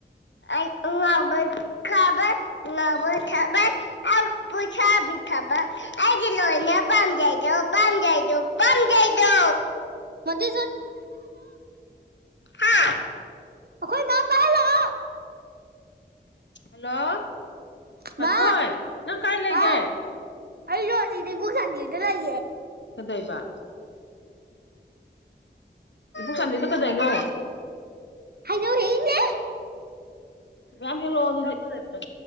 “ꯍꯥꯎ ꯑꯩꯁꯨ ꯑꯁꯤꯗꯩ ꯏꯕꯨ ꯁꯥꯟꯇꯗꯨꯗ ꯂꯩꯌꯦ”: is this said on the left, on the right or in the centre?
Right